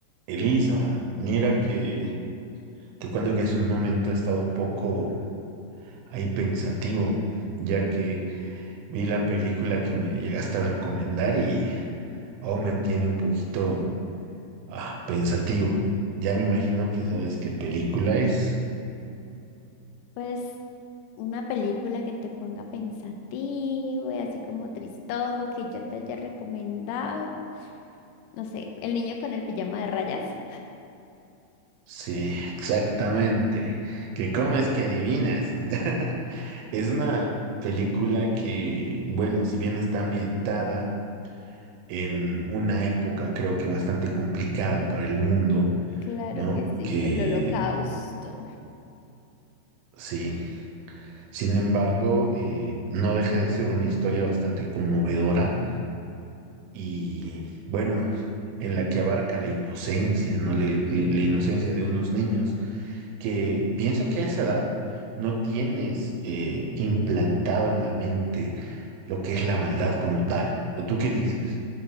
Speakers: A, on the right; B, on the left.
A: Elisa, mira que te cuento que hace un momento he estado un poco ahí pensativo, ya que vi la película que me llegaste a recomendar y aún me tiene un poquito ah, pensativo. Ya me imagino que sabes qué película es.
B: Pues una película que te ponga pensativo y así como tristongo que yo te haya recomendado. No sé, El niño con el pijama de rayas.
A: Sí, exactamente. ¿Qué comes, que adivinas? <laughs> Es una película que, bueno, si bien está ambientada en una época creo que bastante complicada para el mundo,
B: Claro
A: ¿no?
B: que sí,
A: Que
B: el holocausto.
A: sí, sin embargo, eh, no deja de ser una historia bastante conmovedora y bueno, en la que abarca la inocencia, ¿no? Le- le- la inocencia de unos niños que pienso que a esa edad no tienes eh, implantado en la mente lo que es la maldad como tal. ¿O tú qué dices?